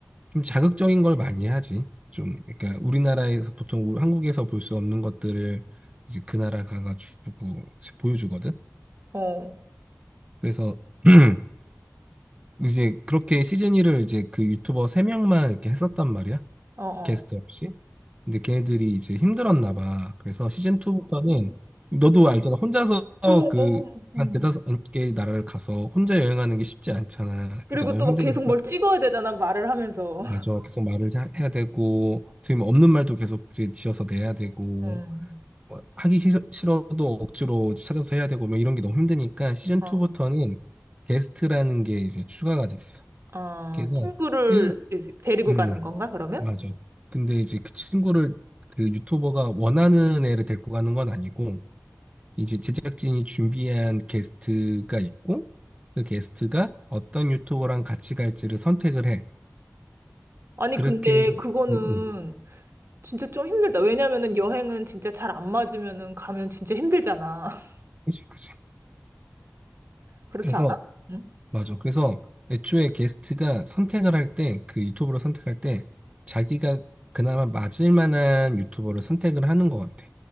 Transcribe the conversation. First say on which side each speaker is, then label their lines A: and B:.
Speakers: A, on the right; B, on the right.
A: 좀 자극적인 걸 많이 하지. 좀, 그러니까 우리나라에서 보통 우- 한국에서 볼 수 없는 것들을 이제 그 나라 가가지고 이제 보여주거든.
B: 어,
A: 그래서 <clears throat> 이제 그렇게 시즌 1을 이제 그 유튜버 세명만 이렇게 했었단 말이야.
B: 어, 어.
A: 게스트 없이. 근데 걔네들이 이제 힘들었나 봐. 그래서 시즌 2부터는 너도 알잖아. 혼자서
B: 그럼,
A: 그
B: 음.
A: 한 대다섯 개 나라를 가서 혼자 여행하는 게 쉽지 않잖아. 그러니까
B: 그리고
A: 너무
B: 또
A: 힘드니까
B: 막 계속 뭘 찍어야 되잖아, 말을 하면서.
A: 맞아. 계속 말을 하- 해야 되고, 지금 없는 말도 계속 이제 지어서 내야 되고,
B: 음,
A: 뭐 하기 싫- 싫어도 억지로 찾아서 해야 되고, 뭐 이런 게 너무 힘드니까 시즌
B: 어,
A: 2부터는 게스트라는 게 이제 추가가 됐어.
B: 어,
A: 그래서
B: 친구를
A: 일
B: 이렇게 데리고
A: 음,
B: 가는 건가, 그러면?
A: 맞아. 근데 이제 그 친구를 그 유튜버가 원하는 애를 데리고 가는 건 아니고, 이제 제작진이 준비한 게스트가 있고, 그 게스트가 어떤 유튜버랑 같이 갈지를 선택을 해.
B: 아니,
A: 그렇게,
B: 근데
A: 해서-
B: 그거는
A: 음, 음.
B: 진짜 좀 힘들다. 왜냐면은 여행은 진짜 잘 안 맞으면은 가면 진짜 힘들잖아. <laughs>
A: 그치, 그치.
B: 그렇지
A: 그래서
B: 않아? 응?
A: 맞아. 그래서 애초에 게스트가 선택을 할 때, 그 유튜버를 선택할 때, 자기가 그나마 맞을 만한 유튜버를 선택을 하는 것 같아.